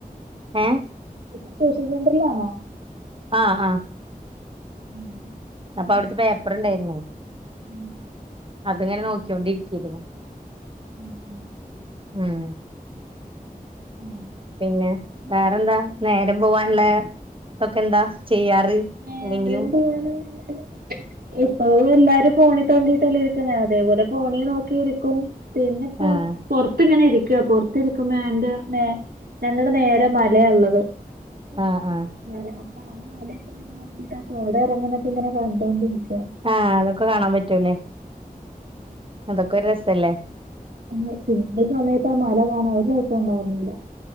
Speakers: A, on the right (about 35°); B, on the right (about 85°).
A: ഏഹ്
B: ഇപ്പൊ ട്യൂഷൻ സെൻ്ററിൽ ആണോ
A: ആഹ് ആഹ്
B: ഉം
A: അപ്പൊ
B: ഉം
A: അവിടുത്തെ പേപ്പറ് ഇണ്ടായിരുന്നു
B: ഉം
A: അതിങ്ങനെ നോക്കി കൊണ്ടിരിക്കാരുന്നു
B: ഉം ഉം
A: ഉം
B: ഉം
A: പിന്നെ വേറെന്താ നേരം പോവാനുള്ള ഒക്കെ എന്താ ചെയ്യാറ്
B: നേരം
A: എന്തെങ്കിലും
B: പോവാന്ന് എന്നാല് ഇപ്പ എല്ലാരും ഫോണിൽ തോണ്ടിട്ടല്ലേ ഇരിക്കണേ അതേപോലെ ഫോണിൽ നോക്കിയിരിക്കും പിന്നിപ്പ
A: ആഹ്
B: പുറത്ത് ഇങ്ങനെ ഇരിക്കുവ പൊറത്തി ഇരിക്കുമ്പോ എന്റെ നേ ഞങ്ങളുടെ നേരെ മലയാള്ളത്
A: ആഹ് ആഹ്
B: ആ അപ്പ <unintelligible> നോക്കിട്ട് കോട ഇറങ്ങ്ന്നെ ഇങ്ങനെ കണ്ടോണ്ടിരിക്കുവാണ്
A: ആഹ് അതൊക്കെ കാണാൻ പറ്റൂല്ലേ അതൊക്കെ ഒരു രസല്ലേ
B: അ <unintelligible> സമയത്ത് ആ മല കാണാൻ രസണ്ടായിരുന്നില്ല